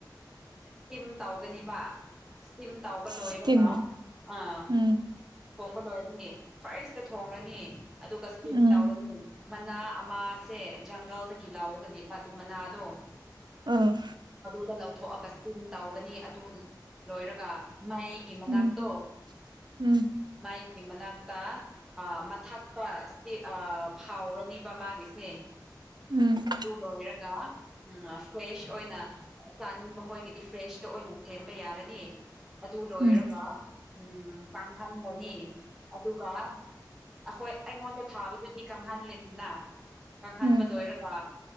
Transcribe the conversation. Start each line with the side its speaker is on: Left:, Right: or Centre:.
Centre: ꯏꯁꯇꯤꯝ ꯇꯧꯒꯅꯤꯕ꯫ ꯏꯁꯇꯤꯝ ꯇꯧꯕ
Right: ꯁ꯭ꯇꯤꯝ
Centre: ꯂꯣꯏꯔꯒ ꯑꯥ꯫
Right: ꯎꯝ
Centre: ꯊꯣꯡꯕ ꯂꯣꯏꯔꯅꯤ ꯐꯔꯁꯇ ꯊꯣꯡꯉꯅꯤ ꯑꯗꯨꯒ ꯏꯁꯇꯤꯝ
Right: ꯎꯝ
Centre: ꯇꯧꯔꯅꯤ꯫ ꯃꯅꯥ ꯑꯃꯁꯦ ꯖꯪꯒꯜꯗꯒꯤ ꯂꯥꯎꯒꯅꯦ ꯄꯥ ꯑꯗꯨ ꯃꯅꯥꯗꯣ꯫
Right: ꯎꯝ꯫
Centre: ꯑꯗꯨꯗ ꯂꯧꯊꯣꯛꯑꯒ ꯏꯁꯤꯟ ꯇꯧꯒꯅꯤ ꯑꯗꯨ ꯂꯣꯏꯔꯒ ꯃꯩꯒꯤ ꯃꯅꯥꯛꯇꯣ
Right: ꯎꯝ ꯎꯝ
Centre: ꯃꯩꯒꯤ ꯃꯅꯥꯛꯇ ꯑ ꯃꯊꯥꯛꯇ ꯁꯤ ꯑ ꯐꯥꯎꯔꯅꯤꯕ ꯃꯥꯒꯤꯁꯦ꯫
Right: ꯎꯝ꯫
Centre: ꯇꯨ ꯂꯣꯏꯔꯒ꯫ ꯎꯝ ꯐ꯭ꯔꯦꯁ ꯑꯣꯏꯅ ꯆꯥꯅꯤꯡꯕ ꯈꯣꯏꯒꯤꯗꯤ ꯐ꯭ꯔꯦꯁꯇ ꯑꯣꯏꯅ ꯊꯦꯝꯕ ꯌꯥꯔꯅꯤ꯫ ꯑꯗꯨ ꯂꯣꯏꯔꯒ
Right: ꯎꯝ
Centre: ꯎꯝ ꯀꯪꯍꯟꯕꯅꯤ ꯑꯗꯨꯒ ꯑꯩꯈꯣꯏ ꯑꯩꯉꯣꯟꯗ ꯊꯥꯕꯗꯨꯗꯤ ꯀꯪꯍꯜꯂꯤꯗꯅ ꯀꯪꯍꯟꯕ
Right: ꯎꯝ
Centre: ꯂꯣꯏꯔꯒ